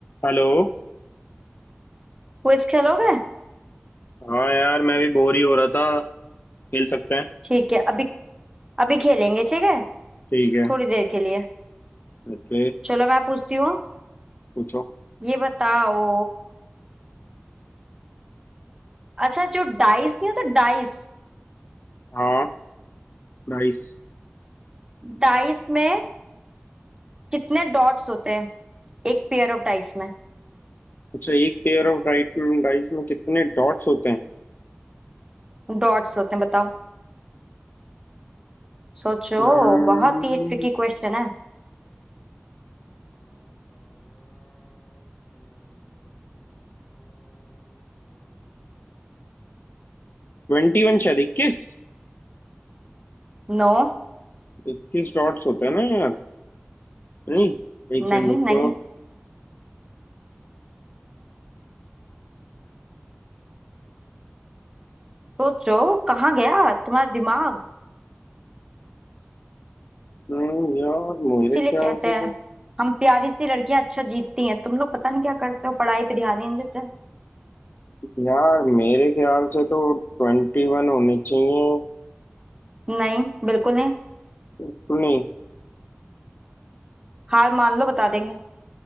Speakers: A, on the left; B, on the right.
A: Hello
B: Quiz खेलोगे
A: हाँ यार मैं भी बोर ही हो रहा था खेल सकते हैं
B: ठीक है अभी अभी खेलेंगे ठीक है
A: ठीक है
B: थोड़ी देर के लिए
A: ओके
B: चलो मैं पूछती हूँ
A: पूछो
B: ये बताओ अच्छा जो डाइस नहीं होता डाइस
A: हाँ डाइस
B: डाइस में कितने डॉट्स होते हैं एक पेयर ऑफ डाइस में
A: अच्छा एक पेयर ऑफ डाइस में डाइस में कितने डॉट्स होते हैं
B: डॉट्स होते हैं बताओ सोचो
A: हम्म
B: बहुत ही ट्रिकी क्वेश्चन है
A: ट्वेंटी वन शायद इक्कीस
B: नो
A: इक्कीस डॉट्स होते हैं ना यार नहीं एक सेकंड
B: नहीं
A: रुको
B: नहीं सोचो कहाँ गया तुम्हारा दिमाग
A: हम्म, यार मेरे
B: इसीलिए
A: ख्याल
B: कहते
A: से
B: हैं
A: तो
B: हम प्यारी सी लड़कियां अच्छा जीतती हैं तुम लोग पता नहीं क्या करते हो पढ़ाई पे ध्यान ही नहीं देते
A: यार मेरे ख्याल से तो ट्वेंटी वन होने चाहिए
B: नहीं बिल्कुल नहीं
A: बिल्कुल नहीं
B: हार मान लो बता देंगे